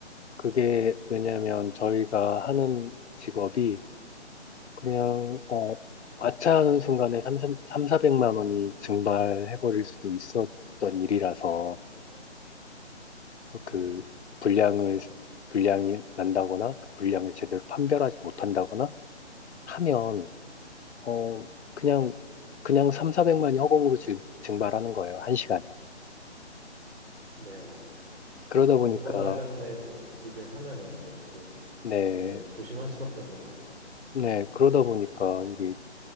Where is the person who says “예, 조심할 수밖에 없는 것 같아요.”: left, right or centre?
Right